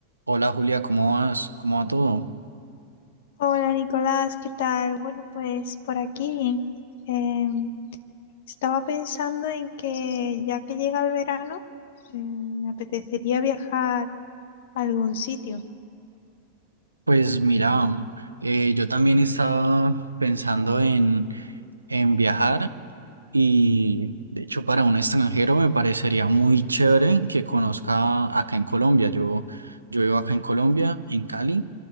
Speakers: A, on the right; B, on the left.
A: Hola Julia, ¿cómo vas? ¿Cómo va todo?
B: Hola Nicolás, ¿qué tal? Bueno, pues por aquí bien. Em, estaba pensando en que ya que llega el verano, em, me apetecería viajar a algún sitio,
A: Pues mira, eh, yo también estaba pensando en, en viajar y de hecho para un extranjero me parecería muy chévere que conozca acá en Colombia. Yo, yo vivo acá en Colombia, en Cali,